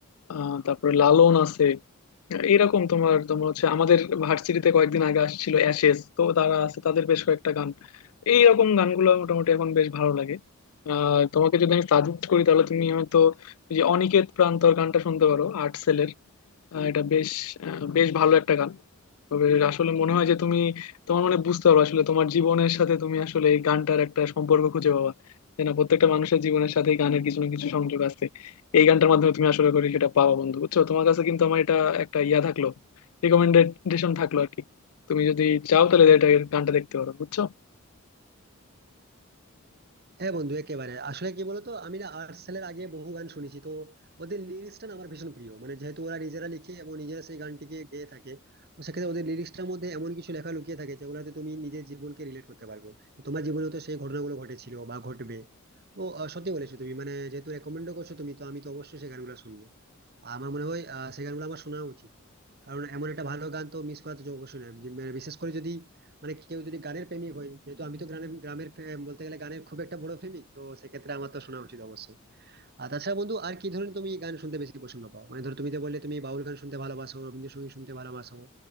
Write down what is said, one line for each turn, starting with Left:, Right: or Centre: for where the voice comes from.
Left: আহ তারপরে লালন আছে এরকম তোমার তোমার হচ্ছে আমাদের ভার্সিটিতে কয়েকদিন আগে আসছিল অ্যাশেজ তো তারা আছে তাদের বেশ কয়েকটা গান এইরকম গানগুলো মোটামুটি এখন বেশ ভালো লাগে আর তোমাকে যদি আমি সাজেস্ট করি তাহলে তুমি হয়তো এই যে অনিকেত প্রান্তর গানটা শুনতে পারো আর্ট সেলের এটা বেশ আহ, বেশ ভালো একটা গান তবে আসলে মনে হয় যে তুমি তোমার মানে বুঝতে পারো আসলে তোমার জীবনের সাথে তুমি আসলে এই গানটার একটা সম্পর্ক খুঁজে পাবা যে না প্রত্যেকটা মানুষের জীবনের সাথে গানের কিছু না কিছু সংযোগ আছে এই গানটার মাধ্যমে তুমি আসলে করে সেটা পাবা বন্ধু বুঝছো তোমার কাছে কিন্তু আমার এটা একটা ইয়া থাকলো রিকমেন্ডেশন থাকলো আর কি তুমি যদি চাও তাহলে এটা গানটা দেখতে পারো বুঝছো
Right: হ্যাঁ বন্ধু একেবারে আসলে কি বলতো আমি না আর্টসেলের আগে বহু গান শুনেছি তো ওদের লিরিক্সটা না আমার ভীষণ প্রিয় মানে যেহেতু ওরা নিজেরা লিখে এবং নিজেরা সেই গানটিকে গেয়ে থাকে তো সেক্ষেত্রে ওদের লিরিক্সটার মধ্যে এমন কিছু লেখা লুকিয়ে থাকে যেগুলোতে তুমি নিজের জীবনকে রিলেট করতে পারবে তোমার জীবনে তো সেই ঘটনাগুলো ঘটেছিল বা ঘটবে তো আহ, সত্যি বলেছো তুমি মানে যেহেতু রেকমেন্ডও করছো তুমি তো আমি তো অবশ্যই সেই গানগুলো শুনবো আর আমার মনে হয় আহ, সেই গানগুলো আমার শোনা উচিত কারণ এমন একটা ভালো গান তো মিস করা তো অবশ্যই না যে- মানে বিশেষ করে যদি মানে কেউ যদি গানের প্রেমিক হয় যেহেতু আমি তো গ্রামের গ্রামের ফে- বলতে গেলে গানের খুব একটা বড় প্রেমিক তো সেক্ষেত্রে আমার তো শোনা উচিত অবশ্যই আর তাছাড়া বন্ধু আর কি ধরনের তুমি গান শুনতে বেশি পছন্দ পাও মানে ধরো তুমি তো বললে তুমি বাউল গান শুনতে ভালোবাসো রবীন্দ্রসঙ্গীত শুনতে ভালোবাসো